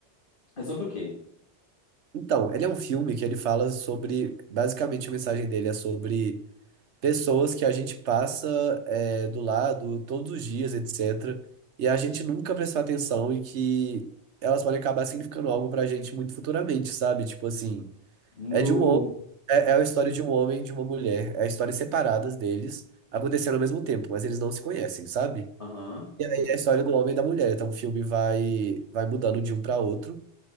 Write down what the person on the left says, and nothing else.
É sobre o quê?
No.
Aham.
Aham,